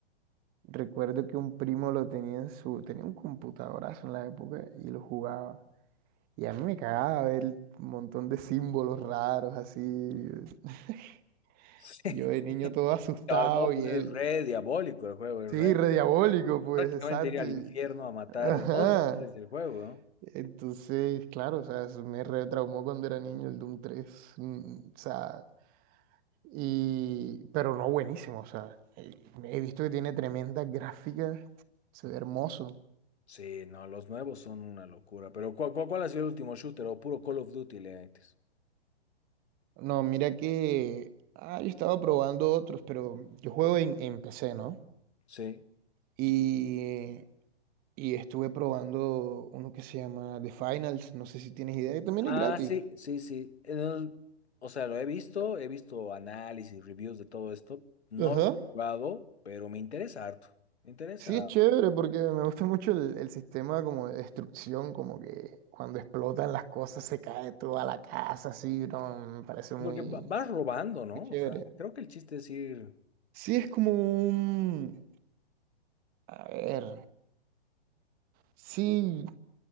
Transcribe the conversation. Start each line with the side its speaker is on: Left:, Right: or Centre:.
Right: recuerdo que un primo lo tenía en su... Tenía un computadorazo en la época y lo jugaba. Y a mí me cagaba ver un montón de símbolos raros así. <laughs>
Left: <laughs>
Right: Yo de niño todo asustado
Left: Ah, No, pues
Right: y
Left: es
Right: él,
Left: re diabólico el juego, es
Right: sí,
Left: re.
Right: re diabólico, pues,
Left: Prácticamente
Right: exacto.
Left: ir al
Right: y-
Left: infierno a matar
Right: Ajá.
Left: demonios desde el juego, ¿no?
Right: Entonces, claro, o sea, eso me retraumó cuando era niño el Doom tres mm, mm, O sea, y, pero no buenísimo, o sea, eh, he visto que tiene tremendas gráficas, se ve hermoso.
Left: Sí, no, los nuevos son una locura. Pero ¿cuál, cuál, cuál ha sido el último shooter o puro Call of Duty le metes?
Right: No, mira que, ah, yo estaba probando otros, pero yo juego en, en PC, ¿no?
Left: Sí.
Right: Y y estuve probando uno que se llama The Finals, no sé si tienes idea, y también
Left: Ah,
Right: es gratis.
Left: sí, sí, sí. El- o sea, lo he visto, he visto análisis, reviews de todo esto. No
Right: Ajá.
Left: lo he jugado, pero me interesa harto. Me interesa.
Right: Sí, es chévere porque me gusta mucho el, el sistema como de destrucción, como que cuando explotan las cosas se cae toda la casa, así, no, me parece muy,
Left: Porque va- vas robando, ¿no?
Right: muy chévere.
Left: O sea, creo que el chiste es ir.
Right: Sí, es como un... A ver, sí,